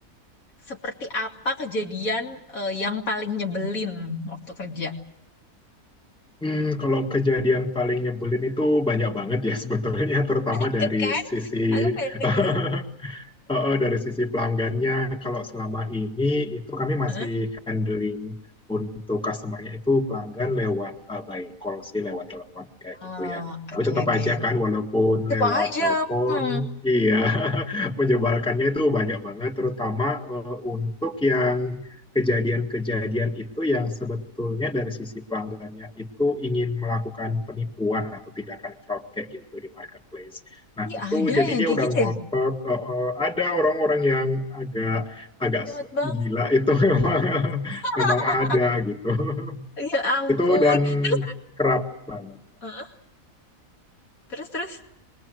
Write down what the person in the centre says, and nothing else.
Hmm, kalau kejadian paling nyebelin itu banyak banget ya sebetulnya, terutama dari
sisi
<laughs> Heeh, dari sisi pelanggannya, kalau selama ini itu kami masih
handling untuk customer-nya itu pelanggan lewat eh, by call sih, lewat telepon kayak gitu
ya. Tapi
tetap
aja kan, walaupun
lewat
telepon,
iya menyebalkannya itu banyak banget, terutama eh, untuk yang kejadian-kejadian itu yang sebetulnya dari sisi pelanggannya itu ingin melakukan penipuan atau tindakan fraud kayak gitu di marketplace. Nah,
itu
jadi
dia
udah
ngotot
eh, eh, ada orang-orang yang agak agak
gila itu memang <laughs>
memang ada gitu. <laughs>
Itu dan
kerap banget.